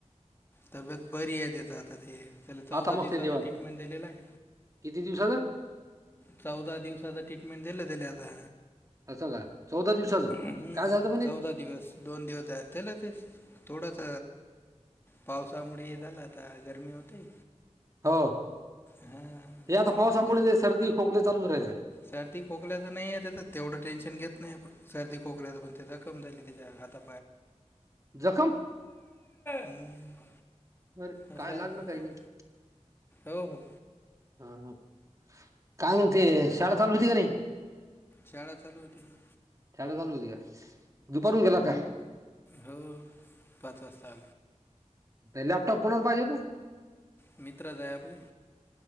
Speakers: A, on the left; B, on the right.
A: तब्येत बरी आहेेत आता ते, चला चौदा
B: आता मस्त
A: दिवसाचा
B: आहे देवात
A: ट्रीटमेंट दिलेला आहे.
B: किती दिवसाचं
A: चौदा दिवसाचा ट्रीटमेंट दिलं दिले आता.
B: असं का चौदा दिवसाचं
A: हम्म
B: काय झालं म्हणे
A: चौदा दिवस दोन दिवस त्याला ते थोडस पावसामुळे हे झालं आता गरमी होते.
B: हो
A: हां
B: हे आता
A: थोडं
B: पावसामुळे
A: त्याला
B: ते सर्दी, खोकले चालूच राहि
A: सर्दी खोकल्याच नाहीे त्या तेवढं टेन्शन घेत नाहीण सर्दी खोकल्याच पण ते जखम झाली त्याच्या हाता
B: जखम
A: हम्म.
B: अरे काय
A: असं
B: लागल
A: आहे ते
B: काय माहित
A: हो हो
B: ह काय मग ते शाळा चालू होती का नाही
A: शाळा चालू होती ना
B: शाळा चालू होती का? दुपारून गेला काय?
A: हो पाच वाजता.
B: ते लॅपटॉप कोणाला पाहिजे होत?
A: मित्रचं हाय आपले